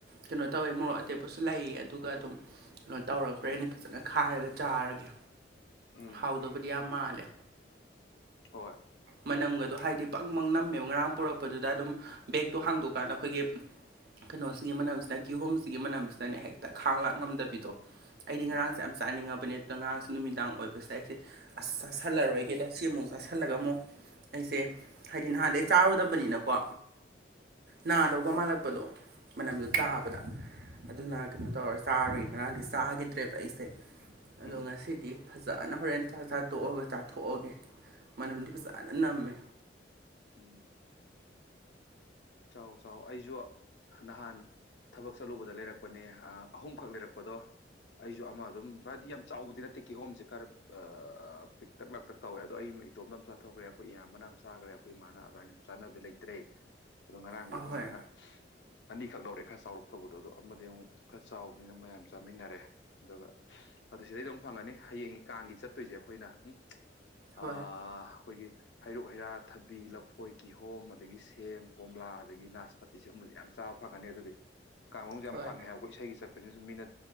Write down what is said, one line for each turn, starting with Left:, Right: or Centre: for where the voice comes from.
Right: ꯀꯩꯅꯣ ꯇꯧꯋꯦ ꯃꯣꯔꯣꯛ ꯑꯇꯦꯛꯄꯁꯨ ꯂꯩꯌꯦ ꯑꯗꯨꯒ ꯑꯗꯨꯝ ꯀꯩꯅꯣ ꯇꯧꯔ ꯍꯣꯔꯦꯟ
Left: ꯎꯝ
Right: ꯐꯖꯅ ꯈꯥꯏꯔꯒ ꯆꯥꯔꯒꯦ
Left: ꯎꯝ
Right: ꯍꯥꯎꯗꯧꯕꯨꯗꯤ ꯌꯥꯝ ꯃꯥꯜꯂꯦ
Left: ꯍꯣꯏ
Right: ꯃꯅꯝꯒꯗꯣ ꯍꯥꯏꯗꯤ ꯕꯪ ꯕꯪ ꯅꯝꯃꯦꯕ ꯉꯔꯥꯡ ꯄꯨꯔꯛꯄꯗꯨꯗ ꯑꯗꯨꯝ ꯕꯦꯛꯇꯣ ꯍꯥꯡꯗꯣꯛꯀꯥꯟꯗ ꯑꯈꯣꯏꯒꯤ ꯀꯩꯅꯣꯁꯤꯒꯤ
Left: ꯎꯝ
Right: ꯃꯅꯝꯁꯤꯅ ꯀꯤꯍꯣꯝꯁꯤꯒꯤ ꯃꯅꯝꯁꯤꯅꯅꯦ ꯍꯦꯛꯇ ꯈꯥꯡ ꯂꯥꯛ ꯉꯝꯗꯕꯤꯗꯣ ꯑꯩꯗꯤ
Left: ꯎꯝ
Right: ꯉꯔꯥꯡꯁꯦ ꯌꯥꯝ ꯆꯥꯅꯤꯡꯉꯕꯅꯩ ꯑꯗꯨꯗ ꯉꯔꯥꯡꯁꯦ ꯅꯨꯃꯤꯗꯥꯡ ꯑꯣꯏꯕꯁꯤꯗ ꯑꯩꯁꯦ ꯑꯁ ꯆꯥꯁꯟꯂꯥꯔꯣꯏꯒꯦꯗ ꯁꯤꯃꯨꯛ ꯆꯥ ꯁꯟꯂꯒ ꯑꯃꯨꯛ ꯑꯩꯁꯦ ꯍꯥꯏꯗꯤ ꯅꯍꯥꯟꯗꯒꯤ ꯆꯥꯔꯨꯗꯕꯅꯤꯅꯀꯣ ꯅꯥꯗꯧꯒ ꯃꯥꯜꯂꯛꯄꯗꯣ ꯃꯅꯝꯗꯨ ꯇꯥꯕꯗ ꯑꯗꯨꯅ ꯀꯩꯅꯣ
Left: ꯎꯝ
Right: ꯇꯧꯔ ꯆꯥꯔꯣꯏ ꯉꯔꯥꯡꯗꯤ ꯆꯥꯒꯤꯗ꯭ꯔꯦꯕ ꯑꯩꯁꯦ ꯑꯗꯣ
Left: ꯎꯝ
Right: ꯉꯁꯤꯗꯤ ꯐꯖꯅ ꯍꯣꯔꯦꯟ ꯆꯥꯛ ꯆꯥ ꯇꯣꯛꯑꯒ ꯆꯥꯊꯣꯛꯑꯒꯦ ꯃꯅꯝꯗꯤ ꯐꯖꯅ ꯅꯝꯃꯦ
Left: ꯎꯝ ꯆꯥꯎ ꯆꯥꯎ ꯑꯩꯁꯨ ꯅꯍꯥꯟ ꯊꯕꯛ ꯆꯠꯂꯨꯕꯗ ꯂꯩꯔꯛ ꯄꯅꯦ ꯑꯍꯨꯝꯈꯛ ꯂꯩꯔꯛꯄꯗꯣ ꯑꯩꯁꯨ ꯑꯃ ꯑꯗꯨꯝ ꯍꯥꯏꯗꯤ ꯌꯥꯝ ꯆꯥꯎꯕꯗꯤ ꯅꯠꯇꯦ ꯀꯤꯍꯣꯝꯁꯦ ꯈꯔꯞ ꯄꯤꯛꯇꯛ ꯂꯥꯛꯇꯛ ꯇꯧꯋꯦꯗꯣ ꯑꯩ ꯑꯃ ꯏꯇꯣꯝ ꯑꯃ ꯆꯥꯊꯣꯛꯈ꯭ꯔꯦ ꯑꯩꯈꯣꯏ ꯏꯌꯥꯝꯕꯅ ꯌꯥꯝ ꯆꯥꯈ꯭ꯔꯦ ꯑꯈꯣꯏ ꯏꯃꯥ ꯑꯗꯨꯃꯥꯏꯅ ꯁꯨꯝ ꯆꯥꯅꯕꯗꯒꯤ ꯂꯩꯇ꯭ꯔꯦ ꯑꯗꯣ ꯉꯔꯥꯡꯁꯨ
Right: ꯑꯍꯣꯏ
Left: ꯑꯩꯈꯣꯏ ꯃꯥꯅ ꯑꯅꯤꯈꯛ ꯂꯧꯔꯦ ꯈꯔ ꯆꯥꯎꯔꯞ ꯊꯧꯕꯗꯣ ꯑꯗꯣ ꯑꯃꯗꯤ ꯑꯃꯨꯛ ꯈꯔ ꯆꯥꯎꯕꯅꯤꯅ ꯃꯌꯥꯝ ꯆꯥꯃꯤꯟꯅꯔꯦ ꯑꯗꯨꯒ ꯑꯗꯨ ꯁꯤꯗꯩꯗ ꯑꯃ ꯐꯪꯉꯅꯤ ꯍꯌꯦꯡꯒꯤ ꯀꯥꯡꯒꯤ ꯆꯠꯇꯣꯏꯁꯦ ꯑꯩꯈꯣꯏꯅ ꯎꯝ
Right: ꯍꯣꯏ
Left: ꯑ ꯑꯩꯈꯣꯏꯒꯤ ꯍꯩꯔꯨꯛ ꯍꯩꯔꯥ ꯊꯕꯤ ꯂꯐꯣꯏ ꯀꯤꯍꯣꯝ ꯑꯗꯒꯤ ꯁꯦꯝꯦꯡ ꯀꯣꯝꯂꯥ ꯑꯗꯒꯤ ꯅꯥꯁꯄꯇꯤ ꯁꯤꯒꯨꯝꯕꯁꯦ ꯌꯥꯝ ꯆꯥꯕ ꯐꯒꯅꯤ ꯑꯗꯨꯗꯤ ꯀꯥꯡ ꯃꯅꯨꯡ ꯌꯥꯝ
Right: ꯍꯣꯏ
Left: ꯐꯪꯉꯦ ꯍꯥꯏꯕꯀꯣ ꯏꯁꯩꯒꯤ ꯆꯠꯄꯁꯤꯅꯁꯨ ꯃꯤꯅ